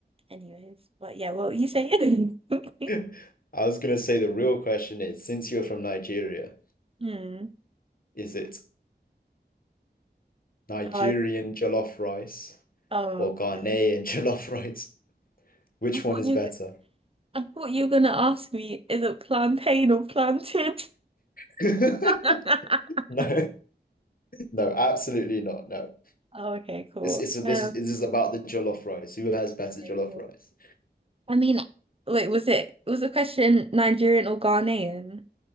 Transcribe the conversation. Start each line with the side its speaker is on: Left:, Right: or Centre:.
Right: Anyways, but yeah, what were you saying? <laughs>
Left: I was gonna say the real question is since you're from Nigeria,
Right: Hmm.
Left: is it Nigerian
Right: God.
Left: jollof rice
Right: Oh,
Left: or Ghanaian
Right: okay.
Left: <laughs> jollof rice? Which
Right: I thought
Left: one is
Right: you.
Left: better?
Right: I thought you were gonna ask me, is it plantain or plantain?
Left: <laughs>
Right: <laughs>
Left: No, no, absolutely not. No,
Right: Oh, okay, cool.
Left: it's it's this
Right: Um,
Left: is this is about the jollof rice. Who has better
Right: okay,
Left: jollof
Right: cool.
Left: rice?
Right: I mean, wait, was it was the question Nigerian or Ghanaian?